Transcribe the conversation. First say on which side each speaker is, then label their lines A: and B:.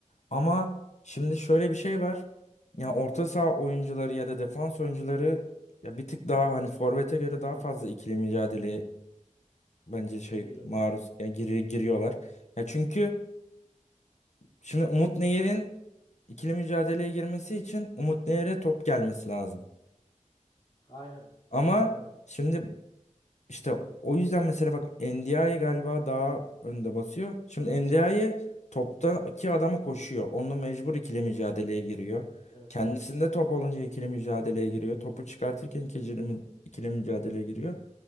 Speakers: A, on the left; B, on the left.
A: Ama şimdi şöyle bir şey var. Ya orta saha oyuncuları ya da defans oyuncuları ya bir tık daha hani forvete göre
B: Aynen.
A: daha fazla ikili mücadele bence şey
B: Giriyordur
A: maruz
B: aynen.
A: yani giri- giriyorlar. Ya çünkü şimdi Umut Nehir'in ikili mücadeleye girmesi için Umut Nehir'e top gelmesi lazım.
B: Aynen öyle
A: Ama
B: bir olay var.
A: şimdi işte o yüzden mesela bak NDI galiba daha önde basıyor. Şimdi NDI toptaki adama koşuyor. Onunla mecbur ikili mücadeleye giriyor.
B: Evet.
A: Kendisinde top olunca ikili mücadeleye giriyor. Topu çıkartırken ikili, mü- ikili mücadeleye giriyor.